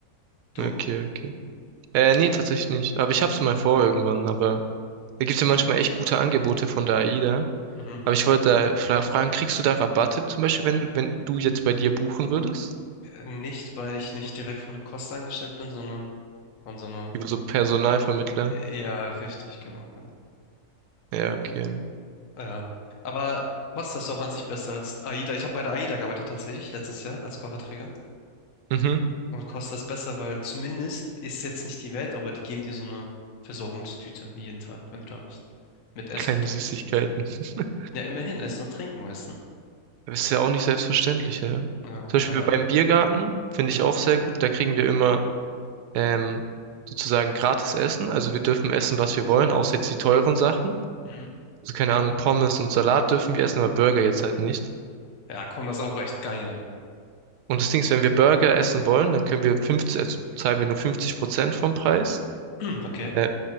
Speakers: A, on the left; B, on the right.
A: Du?
B: okay, okay. Äh, nee, tatsächlich nicht. Aber ich hab's mal vor irgendwann, aber da gibt's ja manchmal echt gute Angebote von der AIDA.
A: Mhm.
B: Aber ich wollte da fra- fragen, kriegst du da Rabatte zum Beispiel, wenn, du- wenn du jetzt bei dir buchen würdest?
A: Äh, Nicht, weil ich nicht direkt von der Kost angestellt bin, sondern von so einer.
B: Über so Personalvermittler?
A: äh, Ja, richtig, genau, genau.
B: Ja, okay.
A: Ja. Aber Costa ist auch an sich besser als AIDA. Ich habe bei der AIDA gearbeitet tatsächlich letztes Jahr als Kofferträger.
B: Mhm.
A: Und Costa ist besser, weil zumindest ist jetzt nicht die Welt, aber die geben dir so eine Versorgungstüte jeden Tag, wenn du da bist. Mit Essen
B: Kleine
A: und Trinken.
B: Süßigkeiten. <laughs>
A: Ja, immerhin, Essen und Trinken, weißt du?
B: Das ist ja auch nicht selbstverständlich, ja. Zum
A: Ja,
B: Beispiel
A: bei der,
B: beim Biergarten finde
A: ja.
B: ich auch sehr gut. Da kriegen wir immer ähm, sozusagen gratis Essen. Also wir dürfen essen, was wir wollen, außer jetzt die teuren Sachen.
A: Mhm.
B: Also keine Ahnung, Pommes und Salat dürfen wir essen, aber Burger jetzt halt nicht.
A: Ja, komm, das ist auch echt geil.
B: Und das Ding ist, wenn wir Burger essen wollen, dann können wir 50, also zahlen wir nur 50 Prozent vom Preis.
A: <clears throat> ja. Okay.
B: Äh,